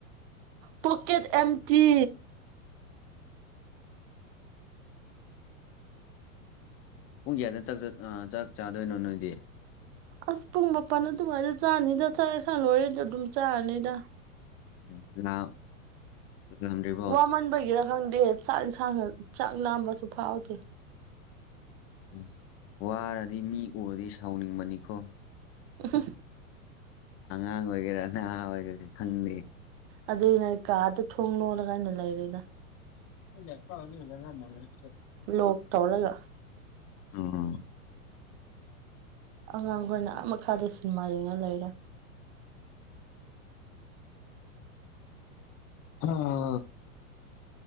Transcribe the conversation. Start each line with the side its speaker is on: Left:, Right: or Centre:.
Right: ꯄꯣꯛꯀꯦꯠ ꯑꯦꯝꯇꯤ
Left: ꯄꯨꯡ ꯀꯌꯥꯗ ꯆꯥꯛꯆꯠ ꯑ ꯆꯥꯛ ꯆꯥꯗꯣꯏꯅꯣ ꯅꯣꯏꯗꯤ
Right: ꯑꯁ ꯄꯨꯡ ꯃꯥꯄꯜ ꯑꯗꯨꯃꯥꯏꯗ ꯆꯥꯔꯅꯤꯗ ꯆꯠꯂꯦ ꯈꯪ ꯂꯣꯏꯔꯦꯗ ꯑꯗꯨꯝ ꯆꯥꯔꯅꯤꯗ
Left: <inaudible> <inaudible>
Right: ꯋꯥꯃꯟꯕꯒꯤꯔ ꯈꯪꯗꯦ ꯆꯥꯛ ꯌꯦꯟꯁꯥꯡ ꯆꯥꯛ ꯅꯥꯝꯕꯁꯨ ꯐꯥꯎꯗꯦ
Left: ꯎꯝ ꯋꯥꯔꯗꯤ ꯃꯤ ꯎꯔꯗꯤ ꯁꯥꯎꯅꯤꯡꯕꯅꯤꯀꯣ
Right: ꯑꯍ
Left: ꯑꯉꯥꯡ ꯑꯣꯏꯒꯦꯔꯥ ꯅꯍꯥ ꯑꯣꯏꯒꯦꯔꯥꯁꯨ ꯈꯪꯗꯦ
Right: ꯑꯗꯨꯏ ꯅ ꯀꯥꯗ ꯊꯣꯡ ꯂꯣꯜꯂꯒꯥꯏꯅ ꯂꯩꯔꯗ
Left: ꯏ ꯄꯥꯎꯗꯥꯟꯅꯦ
Right: ꯂꯣꯛ ꯇꯧꯔꯒ
Left: ꯎꯝ
Right: ꯑꯉꯥꯡꯈꯣꯏꯅ ꯑꯃ ꯃꯈꯥꯗ ꯁꯤꯅꯦꯃꯥ ꯌꯦꯡꯉ ꯂꯩꯔꯦ
Left: ꯍ